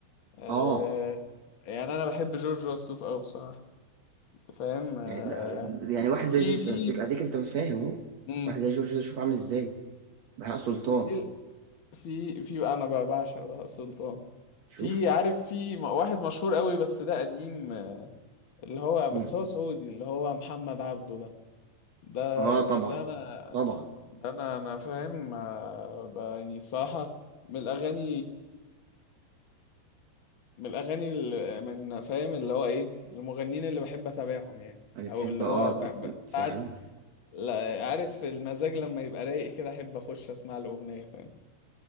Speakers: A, on the left (about 80°); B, on the right (about 80°).
A: آه
B: اه
A: يعني انا بحب جورج وسوف قوي بصراحه فاهم آه
B: يعني لا يعني واحد زي
A: في
B: جورج
A: في
B: اديك أديك انت مش فاهم اهو
A: امم
B: واحد زي جورج ده شوف عامل ازاي بهاء سلطان
A: في في في انا بقى بعشق بهاء سلطان
B: شوف
A: في عارف في م- واحد مشهور قوي بس ده قديم آه، اللي هو
B: مم.
A: بس هو سعودي اللي هو محمد عبده ده ده
B: اه طبعا
A: ده, ده انا
B: طبعا
A: ده انا انا فاهم آه، ب- يعني الصراحه من الاغاني من الاغاني ال- من فاهم اللي هو ايه المغنيين اللي بحب اتابعهم يعني
B: بتحب
A: او اللي
B: اه
A: هو
B: ت-
A: ب- ب-
B: تسمع
A: ساعات
B: له
A: لا- عارف المزاج لما يبقى رايق كده احب اخش اسمع له اغنيه فاهم